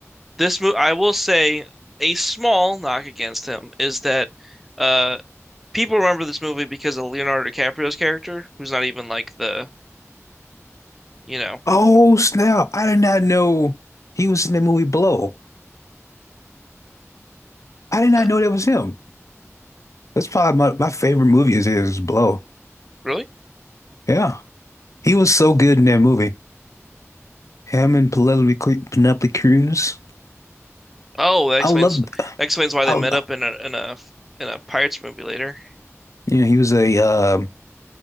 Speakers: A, in the centre; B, on the left.
A: This move, I will say, a small knock against him is that uh, people remember this movie because of Leonardo DiCaprio's character, who's not even like the, you know,
B: Oh snap! I did not know he was in the movie Blow. I did not
A: uh,
B: know that was him. That's probably my, my favorite movie is is Blow.
A: really?
B: Yeah, he was so good in that movie. Him and Penelope Cru- Penelope Cruz.
A: Oh, that explains
B: I loved.
A: that explains why
B: I,
A: they met up in a in a in a Pirates movie later.
B: yeah, he was a uh,